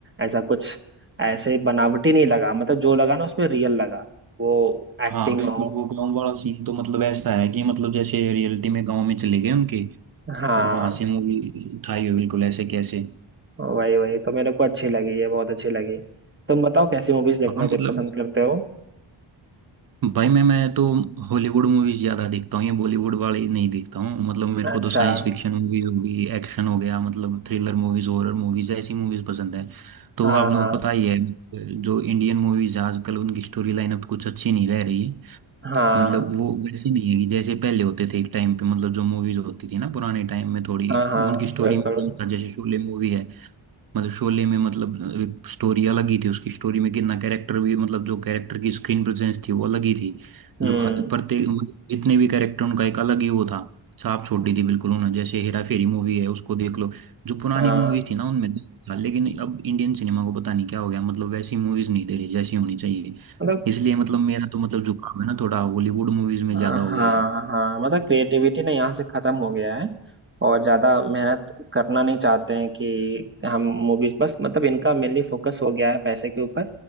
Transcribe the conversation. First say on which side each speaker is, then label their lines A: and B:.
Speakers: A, on the right; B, on the right.
A: ऐसा कुछ ऐसे बनावटी नहीं लगा मतलब जो लगा ना उसमें रियल लगा वो एक्टिंग
B: हाँ बिल्कुल
A: हो
B: वो गांव वाला सीन तो मतलब ऐसा है कि मतलब जैसे रियलिटी में गांव में चले गए उनके
A: हाँ
B: और वहां से मूवी उठाई हो बिल्कुल ऐसे कैसे
A: वही वही तो मेरे को अच्छी लगी ये बहुत अच्छी लगी तुम बताओ कैसी मूवीज देखना
B: हाँ
A: दे
B: मतलब
A: पसंद करते हो
B: भाई मैं मैं तो हॉलीवुड मूवीज ज्यादा देखता हूँ ये बॉलीवुड वाली नहीं देखता हूँ मतलब मेरे को
A: अच्छा
B: तो साइंस फिक्शन मूवीज होगी एक्शन हो गया मतलब थ्रिलर मूवीज हॉरर मूवीज ऐसी मूवीज पसंद है तो
A: हाँ
B: आप लोग
A: हाँ
B: पता ही है जो इंडियन मूवीज आजकल उनकी स्टोरी लाइन अब कुछ अच्छी नहीं रह रही
A: हाँ
B: मतलब वो वैसे नहीं है कि जैसे पहले होते थे एक टाइम पे मतलब जो मूवीज होती थी ना पुराने टाइम में थोड़ी
A: हाँ हाँ
B: उनकी स्टोरी
A: बिल्कुल
B: में नहीं था जैसे शोले मूवी है मतलब शोले में मतलब स्टोरी अलग ही थी उसकी स्टोरी में कितना कैरेक्टर भी मतलब जो कैरेक्टर की स्क्रीन प्रेजेंस थी वो अलग ही थी
A: हम्म
B: जो हर- प्रत्येक मतलब जितने भी कैरेक्टर उनका एक अलग ही वो था छाप छोड़ दी थी बिल्कुल उन्होंने जैसे हेरा फेरी मूवी है उसको देख लो जो पुरानी
A: हाँ
B: मूवीज थी ना उनमें तो था लेकिन अब इंडियन सिनेमा को पता नहीं क्या हो गया मतलब वैसी मूवीज नहीं दे रही जैसी होनी चाहिए
A: मतलब
B: इसलिए मतलब मेरा तो मतलब झुकाव है ना थोड़ा हॉलीवुड मूवीज में
A: हाँ
B: ज्यादा हो
A: हाँ
B: गया है
A: हाँ। मतलब क्रिएटिविटी ना यहाँ से खत्म हो गया है और ज्यादा मेहनत करना नहीं चाहते हैं कि हम मूवीज बस मतलब इनका मेनली फोकस हो गया है पैसे के ऊपर